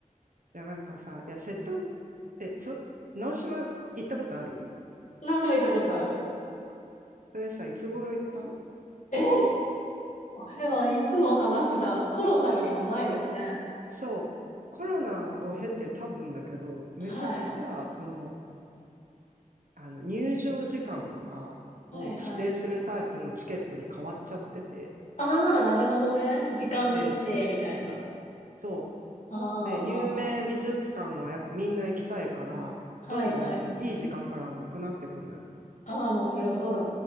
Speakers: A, on the right; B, on the left.
A: いや、なんかさ、いや、瀬戸、え、そ、直島行ったことある
B: 何しも行ったことある。
A: それさ、いつ頃行った
B: えあれはいつの話だコロナよりも前ですね。
A: そう。コロナを経て多分だけど、めちゃくちゃ、
B: はい。
A: その、あの、入場時間とかを指定するタイプのチケットに変わっちゃってて、
B: はいはい。ああ、なるほどね。時間指定みたいな。
A: で、そ
B: ああ、
A: う。で、
B: はあ、
A: 有名美術館はやっぱみんな行きたいから、
B: はあ。
A: どんどんいい時間からなくなってくのよ。
B: はいはい。ああ、もうそりゃそうだ